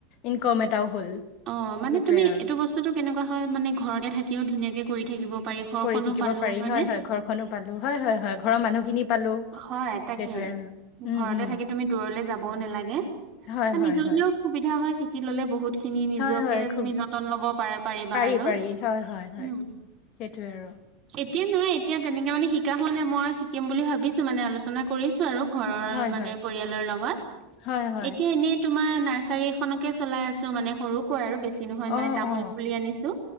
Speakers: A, on the left; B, on the right.
A: ইনক'ম এটাও। হ'ল
B: অ মানে
A: সেইটোৱে
B: তুমি
A: আৰু
B: এইটো বস্তুতটো কেনেকুৱা হয় মানে ঘৰতে থাকিও ধুনীয়াকে কৰি থাকিব পাৰি ঘৰখনো
A: কৰি থাকিব
B: পালো
A: পাৰি
B: হয়নে
A: হয় হয় ঘৰখনো পালো হয় হয় হয় ঘৰৰ মানুহখিনি। পালো
B: হয় তাকে
A: সেইটোৱে আৰু উম
B: ঘৰতে
A: উম
B: থাকি তুমি দূৰলে যাবও নালাগে আৰু
A: হয় হয়
B: নিজৰলৈও
A: হয়
B: সুবিধা হয় শিকি ললে বহুত। খিনি নিজকে
A: হয় হয় খুব
B: তুমি যতন ল'ব পাৰা পাৰিবা
A: পাৰি
B: আৰু
A: পাৰি হয় হয় হয়
B: উম।
A: সেইটোৱে আৰু
B: এতিয়া নাইয় এতিয়া তেনেকে মানে শিকা হোৱা নাই মই শিকিম বুলি ভাবিছো মানে আলোচনা কৰিছো। ঘৰৰ
A: হয়
B: মানে
A: হয়
B: পৰিয়ালৰ লগত
A: হয় হয়
B: এইটো এনেই তোমাৰ নাৰ্চাৰী এখনকে চলাই আছো মানে সৰুকৈ আৰু বেছি। বি নহয় মানে
A: অ
B: তামোল
A: অ
B: পুলি আনিছো